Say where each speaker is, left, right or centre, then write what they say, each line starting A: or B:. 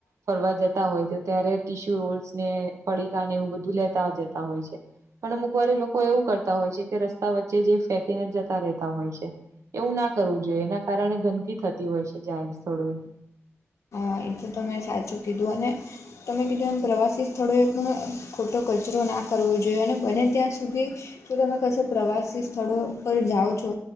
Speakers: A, on the right; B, on the left.
A: ફરવા જતા હોય છે ત્યારે ટીશ્યુ રોલ્સ ને પડીકા ને એવું બધું લેતા જતા હોય છે પણ અમુકવારી લોકો એવું કરતા હોય છે કે રસ્તા વચ્ચે જે ફેંકીને જતા રહેતા હોય છે એવું ના કરવું જોઈએ એના કારણે ગંદકી થતી હોય છે જાહેર સ્થોળોએ
B: હા એ તો ત મેં સાચું કીધું અને તમે કીધું એમ પ્રવાસી સ્થળોએ પણ ખોટો કચરો ના કરવો જોઈએ અને બને ત્યાં સુધી કે તમે કશ પ્રવાસી સ્થળો પર જાઓ છો.